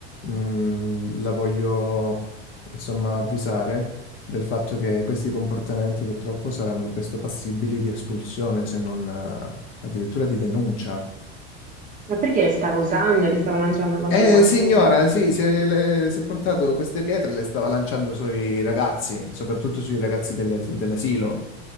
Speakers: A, on the left; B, on the right.
A: mm, la voglio insomma avvisare del fatto che questi comportamenti purtroppo saranno presto passibili di espulsione, se non eh, addirittura di denuncia.
B: Ma perché le stavo usando, le stavo lanciando contro
A: Eh,
B: qualcuno?
A: signora, sì, si è, le- si è portato queste pietre, e le stava lanciando sui ragazzi, soprattutto sui ragazzi del- dell'asilo.